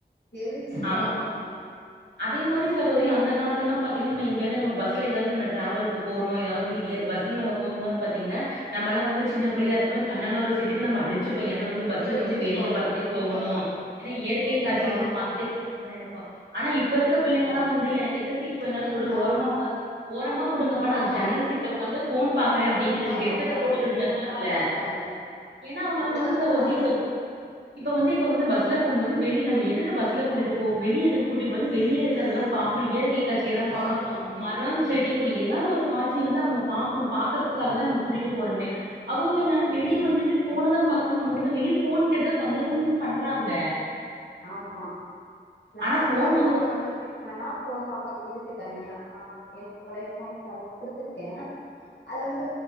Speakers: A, on the left; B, on the right.
A: தெரிஞ்சி பண்றோ
B: ஆமா
A: நம்ம
B: அதே மாரி சகோதரி அந்த காலத்துலளா பாத்தீங்கன்னா நம்ம எங்கயாவது நம்ம பஸ்ல எதாவது நம்ம டிராவலுக்கு போறோ எதாவது பஸ்ல நம்ம போகும்போது பாத்தீங்னா நம்மல்லா வந்து சின்ன
A: உம்
B: புள்ளயா இருக்மோத் ஜன்னலோர சீட்டுக்கு நம்ம அடிச்சிப்போ ஏனா வந்து பஸ்சுல
A: வேடிக்கை
B: வந்து வேடிக்க
A: பார்ப்போம்
B: பாத்துட்டே
A: உண்மைதான்
B: போகணு ஏனா இயற்கை
A: உண்மைதான்
B: காட்சி வந்து பாத்துட்டே போணுனு நம்ப நெனைப்போ ஆனா இப் ப இருக்க பிள்ளைங்கல்லா
A: உம்
B: வந்து எனக் எந்த சீட்டு வேணாலு
A: எல்லாம்
B: குடு ஓரமா ஒக்காந்து ஓரமா குடுங்கப்பா நா
A: ஆமா
B: ஜன்னல் சீட்ல உக்காந்து ஃபோன் பாக்கறே
A: ஃபோன்
B: அப்டிங்கிதுங்க
A: தா
B: ஹெட்செட்ட
A: பாக்குறாங்க
B: போட்டுக்குதுங்க
A: ஃபோன்
B: காதுல
A: தா பாக்குறாங்க
B: ஏனா அவங்களுக்
A: அப்டித்தா
B: வந்து
A: பண்றாங்க
B: சகோதரி <unintelligible> இப்ப வந்து இப்ப வந்து பஸ்ல போம்போது வெளிய நம்ம எதுக்கு பஸ்ல கூட்டிட்டு போக வெளிய எது கூட்டிட்டு வெளிய இருக்கறதெல்லா பாப் ஒன்னு இயற்கை காட்சியெல்லா பாக்கணு
A: பாக்கணும்னு
B: மரோ செடி கொடி எதாவ்து ஒரு காட்சி வந்து அவங்க பாக்கணு பாக்கறத்துக்காக தா நம்ம கூட்டிட்டு போறமே அவுங்க என்னனா
A: ம்
B: வெளிய வந்துமே ஃபோனதாம் பாக்கறாங்க நம்ம கிட்ட வெளிய ஃபோன் கேட்டுதா தொந்தரவுமேம் பண்றாங்க
A: ஆமா நா
B: ஆனா
A: அப்டிதா
B: ஃபோன் வந்தது
A: பாப்பா வெள்ல கூட்டிட் இப்ப என்னன்னா போன் பாப்பாக்கு இருக்கு தனியா ஆ என்னோட பழைய போன் குடுத்திருக்கே அது வந்து